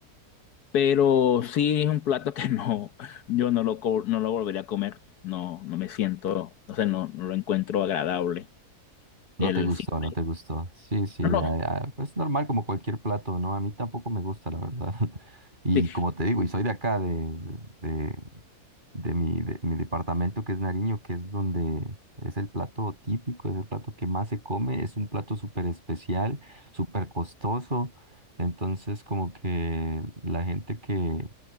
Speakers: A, on the left; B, on the right.
A: Pero sí es un plato que <laughs> no, yo no lo, co- no lo volvería a comer. No, no me siento, o sea, no, no lo encuentro agradable.
B: No
A: El
B: te gustó,
A: simple.
B: no te gustó. Sí, sí,
A: No, no,
B: a- a- es normal como cualquier plato, ¿no? A mí tampoco me gusta, la verdad. <laughs> Y
A: sí.
B: como te digo, y soy de acá, de, de, de mi, de mi departamento que es Nariño, que es donde es el plato típico, es el plato que más se come, es un plato súper especial, súper costoso. Entonces, como que la gente que,